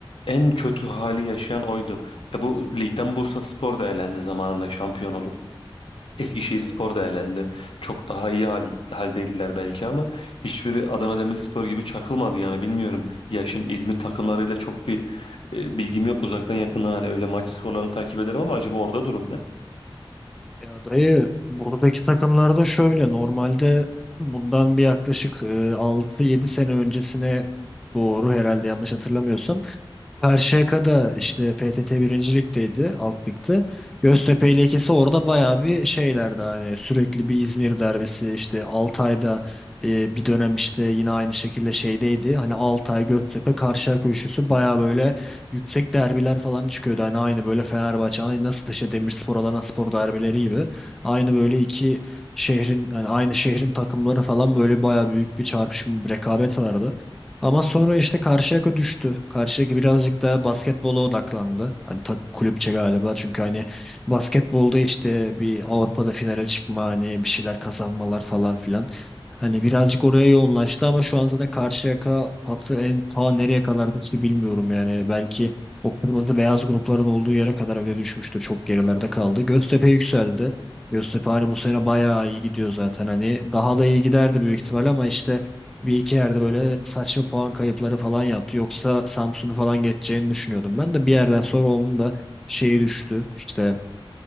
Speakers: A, on the left; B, in the centre.
A: En kötü hali yaşayan oydu. Ya bu ligden Bursaspor da elendi zamanında şampiyon olup. Eskişehirspor
B: Evet.
A: da elendi. Çok daha iyi hal, haldeydiler belki ama hiçbiri Adana Demirspor gibi çakılmadı yani bilmiyorum. Ya şimdi İzmir takımlarıyla çok bir e, bilgim yok uzaktan yakından hani öyle maç skorlarını takip ederim ama acaba orada durum ne?
B: Ya dayı buradaki takımlarda şöyle normalde bundan bir yaklaşık e, 6-7 sene öncesine doğru herhalde yanlış hatırlamıyorsam Karşıyaka'da işte PTT birinci ligdeydi, alt ligde. Göztepe ile ikisi orada bayağı bir şeylerdi hani sürekli bir İzmir derbisi işte Altay'da e, bir dönem işte yine aynı şekilde şeydeydi. Hani Altay, Göztepe, Karşıyaka üçlüsü bayağı böyle yüksek derbiler falan çıkıyordu. Hani aynı böyle Fenerbahçe, aynı nasıl işte Demirspor, Adanaspor derbileri gibi. Aynı böyle iki şehrin hani aynı şehrin takımları falan böyle bayağı büyük bir çarpışma, bir rekabet vardı. Ama sonra işte Karşıyaka düştü. Karşıyaka birazcık daha basketbola odaklandı. Hani tak kulüpçe galiba. Çünkü hani basketbolda işte bir Avrupa'da finale çıkma hani bir şeyler kazanmalar falan filan. Hani birazcık oraya yoğunlaştı ama şu an zaten Karşıyaka patı en ta nereye kadar düştü bilmiyorum yani. Belki o kırmızı beyaz grupların olduğu yere kadar öyle düşmüştür. Çok gerilerde kaldı. Göztepe yükseldi. Göztepe hani bu sene bayağı iyi gidiyor zaten hani. Daha da iyi giderdi büyük ihtimal ama işte bir iki yerde böyle saçma puan kayıpları falan yaptı. Yoksa Samsun'u falan geçeceğini düşünüyordum. Ben de bir yerden sonra onun da şeyi düştü. İşte